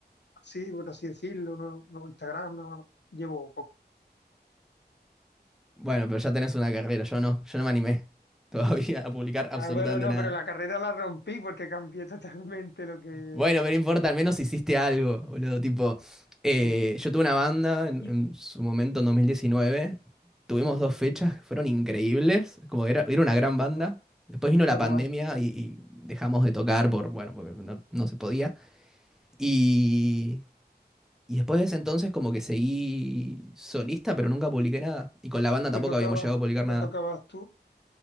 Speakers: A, on the left; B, in the centre.
A: así, por así decirlo, nuevo, nuevo Instagram, nuevo- llevo poco.
B: Bueno, pero ya tenés una carrera. Yo no. Yo no me animé <laughs> todavía a publicar
A: Ah,
B: absolutamente
A: bueno, no,
B: nada.
A: pero la carrera la rompí porque cambié totalmente lo que...
B: Bueno, pero no importa, al menos hiciste algo, boludo. Tipo, eh,
A: sí.
B: yo tuve una banda en,
A: Y
B: en su momento en 2019. Tuvimos dos fechas que fueron increíbles. Como que era, era una gran banda.
A: Guau,
B: Después vino la
A: qué guay.
B: pandemia y, y dejamos de tocar por, bueno, porque no, no se podía. Y, y después de ese entonces como que seguí solista, pero nunca publiqué nada. Y con la banda
A: ¿Qué
B: tampoco
A: tocabas?
B: habíamos llegado a publicar nada.
A: ¿Qué tocabas tú?